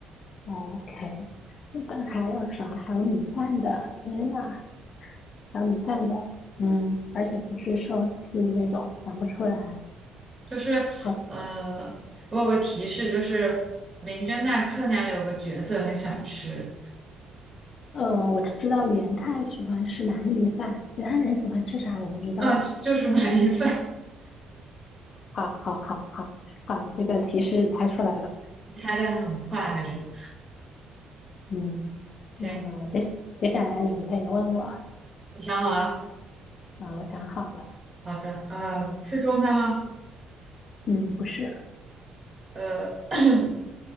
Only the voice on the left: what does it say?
哦 OK，日本还有啥？还有米饭的，天呐，还有米饭的，嗯，而且不是寿司这种，想不出来。
好，
呃，我知道元太喜欢吃鳗鱼饭，其他人喜欢吃啥我不知道了。
好，好，好，好，好，这个提示猜出来了。
嗯，
那么接接下来你可以问我，啊、
我想好了，
嗯，不是，